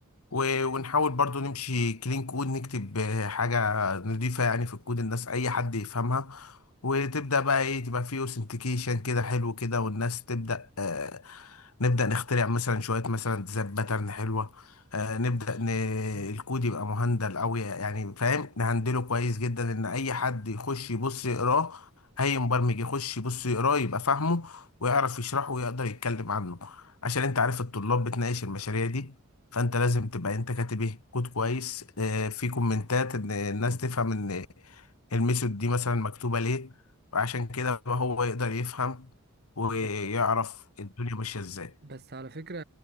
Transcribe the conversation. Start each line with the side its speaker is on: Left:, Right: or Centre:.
Left: و- ونحاول برضو نمشي كلين كود نكتب آه، حاجة نضيفة يعني في الكود الناس أي حد يفهمها وتبدأ بقى إيه تبقى فيه أوثنتيكيشن كده حلو كده والناس تبدأ آه، نبدأ نخترع مثلا شوية مثلا ديزاين باترن حلوة آه نبدأ ن... الكود يبقى مهندل أوي يعني فاهم نهندله كويس جدا إن أي حد يخش يبص يقراه أي مبرمج يخش يبص يقراه يبقى فاهمه ويعرف يشرحه ويقدر يتكلم عنه عشان أنت عارف الطلاب بتناقش المشاريع دي فأنت لازم تبقى أنت كاتب إيه كود كويس آه في كومنتات إن الناس تفهم إن الميثود دي مثلا مكتوبة ليه وعشان كده هو يقدر يفهم ويعرف
Right: بس
Left: الدنيا ماشية إزاي
Right: بس على فكرة